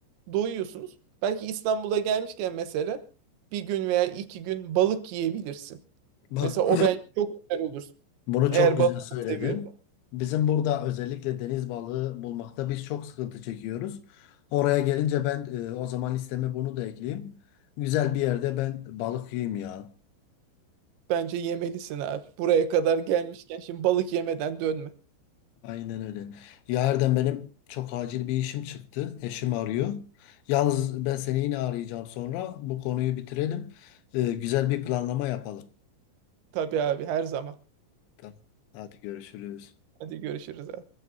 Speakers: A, on the right; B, on the left.
A: doyuyorsunuz. Belki İstanbul'a gelmişken mesela bir gün veya iki gün balık yiyebilirsin.
B: Bak
A: Mesela o bence çok güzel olur.
B: <clears throat> bunu
A: Eğer
B: çok güzel
A: balık
B: söyledin.
A: seviyorsan.
B: Bizim burada özellikle deniz balığı bulmakta biz çok sıkıntı çekiyoruz. Oraya gelince ben e, o zaman listeme bunu da ekleyeyim. Güzel bir yerde ben balık yiyeyim ya.
A: Bence yemelisin abi. Buraya kadar gelmişken şimdi balık yemeden dönme.
B: Aynen öyle. Ya benim çok acil bir işim çıktı. Eşim arıyor. Yalnız ben seni yine arayacağım sonra. Bu konuyu bitirelim. Ee, güzel bir planlama yapalım.
A: Tabii abi her zaman.
B: Tamam. Hadi görüşürüz.
A: Hadi görüşürüz abi.